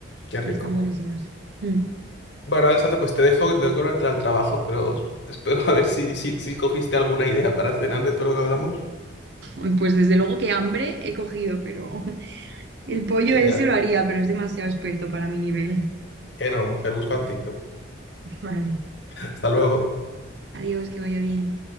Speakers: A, on the left; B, on the right.
A: Qué
B: Y
A: rico.
B: están buenísimas. Mm.
A: Bueno, Alessandra, pues te dejo, que tengo que entrar al trabajo, pero espero <laughs> a ver si, si, si cogiste alguna idea para cenar de todo lo que hablamos.
B: Ay, Pues desde luego que hambre he cogido, pero <laughs> el pollo
A: Venga,
B: ese lo haría, pero es demasiado experto para mi nivel.
A: que no, mujer, busca
B: <laughs>
A: en TikTok.
B: Vale.
A: Hasta luego.
B: Adiós, que vaya bien.